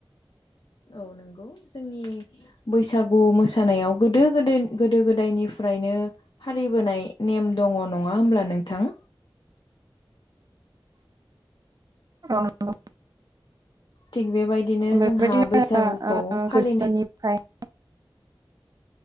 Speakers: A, on the left; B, on the right.
A: औ नंगौ जोंनि बैसागु मोसानायाव गोदो गोदो गोदो-गोदायनिफ्रायनो फालिबोनाय नेम दङ नङा होमब्ला नोंथां?
B: औ नंगौ
A: थिग बेबायदिनो
B: बेबायदिनो
A: जोंहा बैसागुखौ
B: ओ
A: फालिनाय
B: <unintelligible>